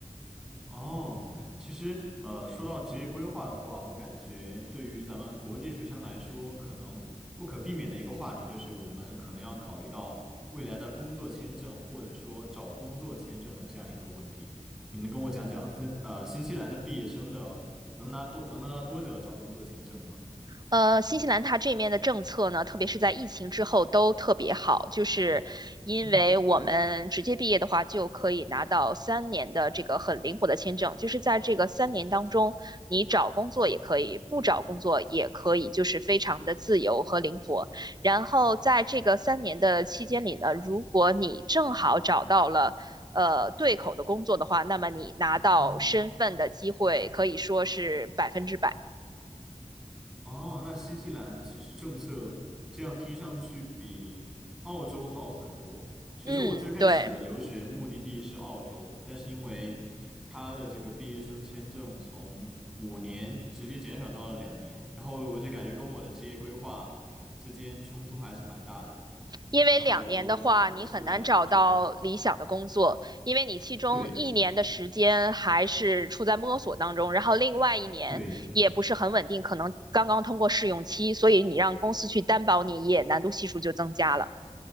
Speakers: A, in the centre; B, on the right (about 30°).
A: 哦，其实呃，说到职业规划的话，我感觉对于咱们国际学生来说，可能不可避免的一个话题就是，我们可能要考虑到未来的工作签证或者说找工作签证的这样一个问题。你能跟我讲讲分呃新西兰的毕业生的能拿多能拿到多久的找工作签证吗？
B: 呃，新西兰它这面的政策呢，特别是在疫情之后都特别好，就是因为我们直接毕业的话，
A: 嗯
B: 就可以拿到三年的这个很灵活的签证，就是在这个三年当中，你找工作也可以，不找工作也可以，就是非常的自由和灵活。然后在这个三年的期间里呢，如果你正好找到了。呃，对口的工作的话，那么你拿到身份的机会可以说是百分之百。
A: 嗯。哦，那新西兰其实政策这样听上去比澳洲好很多。其实我最开始的留学目的地是澳洲，
B: 嗯，对。
A: 但是因为他的这个毕业生签证从五年直接减少到了两年，然后我就感觉跟我的职业规划之间冲突还是蛮大的，
B: 因为两年的话，
A: 然后我就火速来了欧洲。
B: 你很难找到理想的工作，因为你其中一年的时间还是处在摸索当中，
A: 对
B: 然后另外一年也不是很稳定，
A: 对。
B: 可能刚刚通过试用期，所以你让公司去担保你也难度系数就增加了。